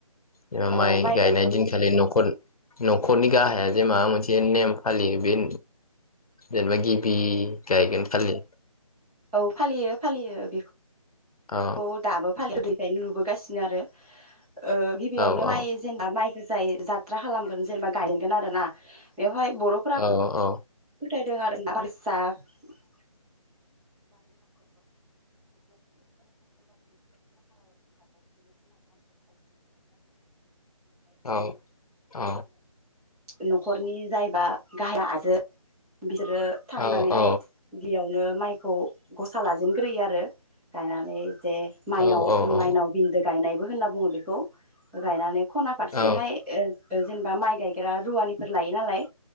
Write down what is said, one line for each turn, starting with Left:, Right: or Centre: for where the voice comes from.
Left: जेनेबा
Centre: अ
Left: माइ गायनाय
Centre: गायजेन
Left: दिनखालि न'खर न'खरनि गाहाया जे माबा मोनसे नेम फालियो बे जेनेबा गिबि गायगोन खालि
Centre: औ फालियो फालियो बेखौ
Left: औ
Centre: अ दाबो फालि <unintelligible> बोदों बेखायनो नुबोगासिनो आरो ओ गिबियावनो
Left: औ
Centre: माइ
Left: औ
Centre: जेनेबा माइ गोजायै जात्रा खालामगोन जेनेबा गायनगोन आरो ना बेवहाय बर'फोरा
Left: औ औ
Centre: फोथाय <unintelligible> <unintelligible> <unintelligible>
Left: औ औ
Centre: न'खरनि जायबा गाहाय आइजो <unintelligible> बिसोरो थांनानैहाय
Left: औ औ
Centre: बियावनो माइ खौ गसा लाजेनग्रोयो आरो गायनानै जे माइनाव
Left: औ औ
Centre: माइनाव बिनदों गायनायबो होनना बुङो बेखौ गायनानै खना फारसेहाय
Left: औ
Centre: ओ जेनेबा माइ गायग्रा रुवानिफोर लायो नालाय